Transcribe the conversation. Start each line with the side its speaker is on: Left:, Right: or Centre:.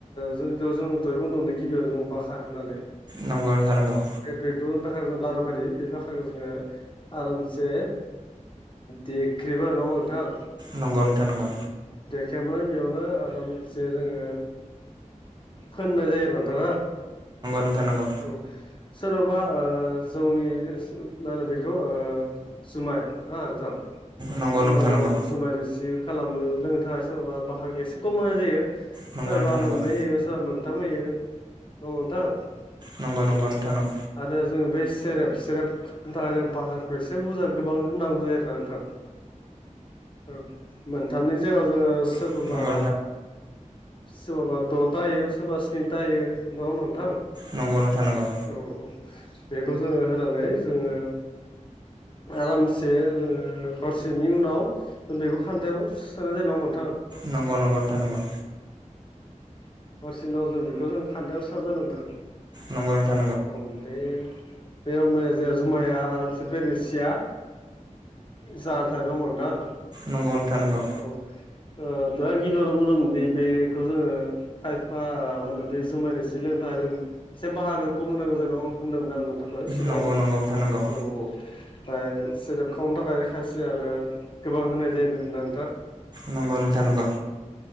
Left: जोंयाव जों दहाय बुदोंमोन गिबियाव जों बोखारनानै
Right: नंगौ नोंथां नंगौ
Left: बेखौ। बाखा जों लारु बायदि बे बाखाखौ जोङो आरामसे देख्रेबा नङा होनबा नोंथां।
Right: नंगौ नोंथान नांगौ।
Left: देख्रेबनानै बेयावनो आरामसे जोङो फोननाय जायो आरो नोंथां
Right: नोंथां नंगौ
Left: औ सोरबाबा जौनि मा होनो बेखौ जुमाय हा नोंथां
Right: नंगौ
Left: जुमाय
Right: नोंथां नंगौ
Left: जुमाय रोसि खालामो लोंनो थाखाय सोरबा बाख्रा एसे खम होनाय जायो।
Right: नंगौ
Left: सोरबा
Right: नोंथां नंगौ
Left: मोननै होयो सोरबा मोनथाम होयो न होनबा नोंथां
Right: नंगौ नोंथां
Left: औ आरो जों बे सेरेप सेरेप खालामनो थाखाय जों बाहारखौ एसे बुरजा गोबां होननांगौ जायो आरोना नोंथां। औ मोनथामनि जायगायाव जोङो सोरखौबा
Right: नंगौ
Left: सोरबाबा द'था होयो सोरबा स्निथा होयो नङा होनबा नोंथां।
Right: नंगौ नोंथां नंगौ।
Left: औ बेखौ जोङो होनानै जोङो। आरामसे जों हरसेनि उनाव बेखौ खान्थायाव सोनाय जायो नामा नोंथां।
Right: नंगौ नंगौ नोंथां नंगौ।
Left: हरसे उनाव जों बेखौ जों खान्थायाव सोना दोनो नों थां
Right: नंगौ नोंथां नंगौ
Left: औ बे बे होमबानिया जोंना जुमाया आरामसे बे रोसिया जानथाया मोनथां।
Right: नंगौ नोंथां नंगौ
Left: औ ओ दा आं गिबियावनो बुंदोंमोनदि बेखौ जोङो खायफा मा होनो बै जुमाय रोसि लोंनो थाखाय जों एसे बाखारखो खम होनांगौ होनदोंमोन दां ना आं नोंथांखौ सिगाङाव
Right: नंगौ नंगौ नोंथां नंगौ
Left: औ औ। ओमफ्राय सेेरेप खावनो थाखाय खायसे आरो गोबां होनाय जायो होनदोंमोन ना।
Right: नंगौ नोंथां नंगौ।